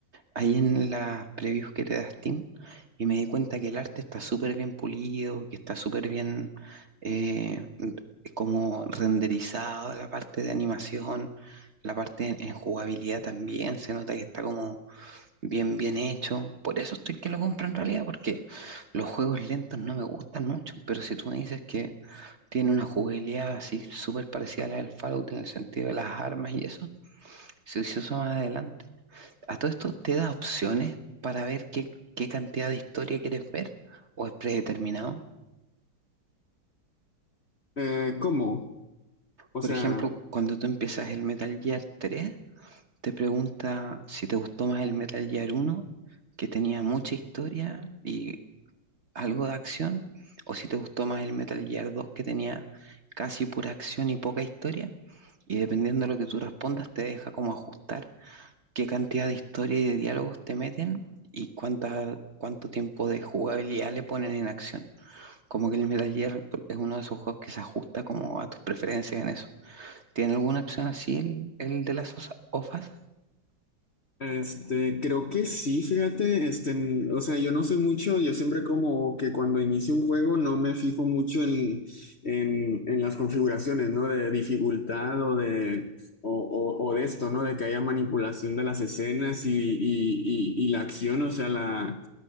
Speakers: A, on the right (about 40°); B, on the left (about 45°).
A: ahí en las previews que te da Steam, y me di cuenta que el arte está súper bien pulido, que está súper bien eh, como renderizado, la parte de animación, la parte en, en jugabilidad también, se nota que está como bien, bien hecho. Por eso estoy que lo compro en realidad, porque los juegos lentos no me gustan mucho, pero si tú me dices que tiene una jugabilidad así súper parecida a la del Fallout en el sentido de las armas y eso. Si Se hizo más adelante. A todo esto te da opciones para ver qué, qué cantidad de historia quieres ver o es predeterminado.
B: Eh, ¿cómo? O
A: Por
B: sea...
A: ejemplo, cuando tú empiezas el Metal Gear 3, te pregunta si te gustó más el Metal Gear uno que tenía mucha historia y algo de acción, o si te gustó más el Metal Gear dos que tenía casi pura acción y poca historia. Y dependiendo de lo que tú respondas, te deja como ajustar qué cantidad de historia y de diálogos te meten y cuánta, cuánto tiempo de jugabilidad le ponen en acción. Como que el Metal Gear es uno de esos juegos que se ajusta como a tus preferencias en eso. ¿Tiene alguna opción así el, el de las OFAS?
B: Este, creo que sí, fíjate, este, en- o sea, yo no sé mucho, yo siempre como que cuando inicio un juego no me fijo mucho en, en, en las configuraciones, ¿no? De dificultad o de o, o- o de esto, ¿no? De que haya manipulación de las escenas y, y- y- y la acción, o sea, la,